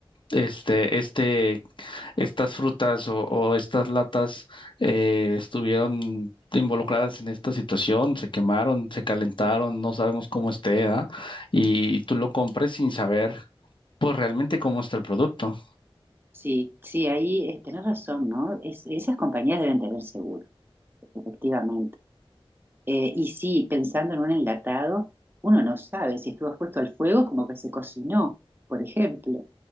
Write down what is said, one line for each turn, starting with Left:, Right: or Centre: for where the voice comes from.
Left: Este, este estas frutas o, o estas latas eh, estuvieron involucradas en esta situación, se quemaron, se calentaron, no sabemos cómo esté, ¿ah? Y tú lo compres sin saber, pues realmente cómo está el producto.
Right: Sí, sí, ahí eh, tenés razón, ¿no? Es- esas compañías deben tener seguro, efectivamente. Eh, y sí, pensando en un enlatado, uno no sabe si estuvo expuesto al fuego como que se cocinó, por ejemplo.